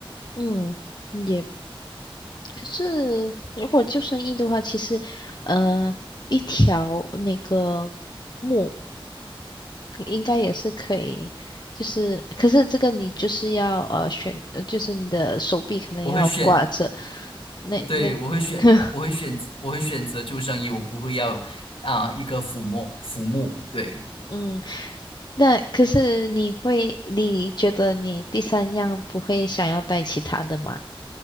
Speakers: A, on the left (about 50°); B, on the left (about 80°).
A: 嗯，也可是如果救生衣的话，其实呃一条那个木应该也是可以，就是可是这个你就是要呃选，呃就是你的手臂可能要挂着，
B: 我会选，
A: 那那。
B: 对，我会选，
A: <laughs>
B: 我会选，我会选择救生衣，我不会要啊、一个抚摸抚摸。对，
A: 嗯，那可是你会，你觉得你第三样不会想要带其他的吗？